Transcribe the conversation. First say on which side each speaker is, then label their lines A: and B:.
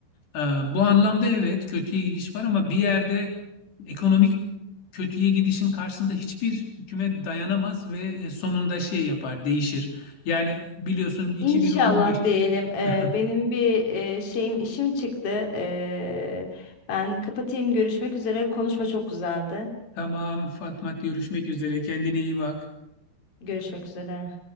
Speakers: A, on the left; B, on the left.
A: E, bu anlamda evet kötüye gidiş var ama bir yerde ekonomik kötüye gidişin karşısında hiçbir hükümet dayanamaz ve e, sonunda şey yapar, değişir. Yani biliyorsun 2015
B: İnşallah diyelim. Ee,
A: <laughs>
B: benim bir e, şeyim işim çıktı. Ee, ben kapatayım. Görüşmek üzere. Konuşma çok güzeldi.
A: tamam Fatma görüşmek üzere kendine iyi bak.
B: Görüşmek üzere.